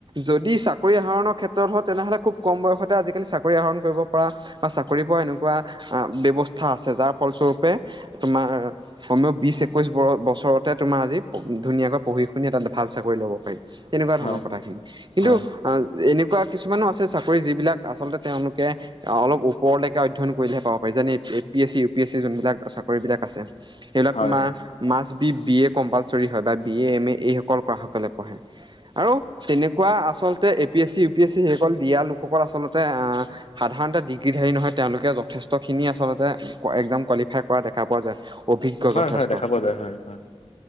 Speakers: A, on the right (about 45°); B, on the left (about 70°).
A: যদি চাকৰি আহৰণৰ ক্ষেত্ৰত হয় তেনেহ'লে খুব কম বয়সতে আজিকালি চাকৰি আহৰণ কৰিব পৰা বা চাকৰি পোৱা এনেকুৱা ব্যৱস্থা আছে যাৰ ফলস্বৰূপে তোমাৰ কমেও বিছ একৈছ বছৰতে তোমাৰ আজি ধুনীয়াকে পঢ়ি শুনি এটা ভাল চাকৰি ল'ব পাৰি তেনেকুৱা ধৰণৰ
B: হয় হয় হয়
A: কথাখিনি
B: হয়
A: কিন্তু
B: হয়
A: আ এনেকুৱা কিছুমানো আছে চাকৰি যিবিলাক আচলতে তেওঁলোকে অলপ ওপৰলৈকে অধ্যয়ন কৰিলেহে পা <unintelligible> এ P S C U P এছি যোন বিলাক চাকৰি বিলাক আছে সেইবিলাক তোমাৰ
B: হয় হয়
A: must B- B A compulsory হয় বা বি এ, এম এ এইসকল কৰা সকলে পঢ়ে আৰু তেনেকুৱা আচলতে এই A P S C, U P S C সেইসকল দিয়া লোকসকল আচলতে আ সাধাৰণতে ডিগ্ৰীধাৰী নহয় তেওঁলোকে যথেষ্টখিনি আচলতে একজাম কোৱালিফাই কৰা দেখা পোৱা যায়। অভিজ্ঞ
B: হয়
A: যথেষ্ট
B: -হয় দেখা পোৱা যায় হয় হয়।